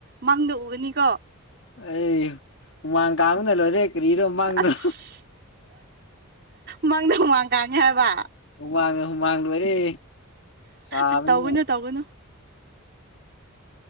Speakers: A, on the right; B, on the left.
A: ꯃꯪꯗ ꯎꯒꯅꯤꯀꯣ꯫
B: ꯑꯩ ꯍꯨꯃꯥꯡ ꯀꯥꯡꯕꯅ‌ ꯂꯣꯏꯔꯦ ꯀꯔꯤꯔꯣ ꯃꯪꯔꯣ꯫
A: ꯑꯁ ꯃꯪꯗ ꯍꯨꯃꯥꯡ ꯀꯥꯟꯉꯦ ꯍꯥꯏꯕ
B: ꯍꯨꯃꯥꯡꯅ ꯍꯨꯃꯥꯡ ꯂꯣꯏꯔꯦ ꯁꯥꯕꯅꯤꯅ
A: ꯑꯁ ꯇꯧꯒꯅꯨ ꯇꯧꯒꯅꯨ꯫